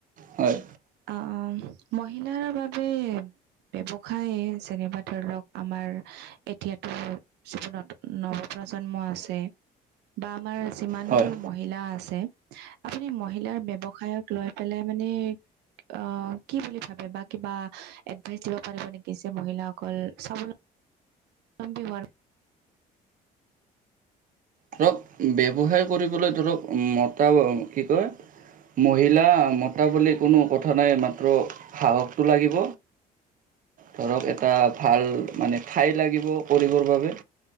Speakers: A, on the right (about 50°); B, on the right (about 85°).
A: হয়
B: অ' মহিলাৰ বাবে ব্যৱসায় যেনিবা ধৰি লওক আমাৰ এতিয়াতো <unintelligible> ন' নৱপ্ৰজন্ম আছে বা আমাৰ যিমানবোৰ
A: হয়
B: মহিলা আছে আপুনি মহিলাৰ ব্যৱসায়ক লৈ পেলাই মানে অ' কি বুলি ভাবে বা কিবা এডভাইচ দিব পাৰিব নেকি যে মহিলাসকল স্বাৱলম্বী স্বাৱলম্বী হোৱাৰ
A: ধৰক ব্যৱসায় কৰিবলৈ ধৰক মতা কি কয় মহিলা মতা বুলি কোনো কথা নাই মাত্ৰ সাহসটো লাগিব ধৰক এটা ভাল মানে ঠাই লাগিব কৰিবৰ বাবে